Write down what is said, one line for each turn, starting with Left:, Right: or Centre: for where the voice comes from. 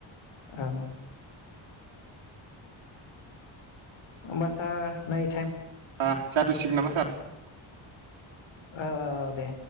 Left: औ ओमबा सार नाय
Right: आ जाथसिगोन नामा सार?
Left: औ औ औ दे।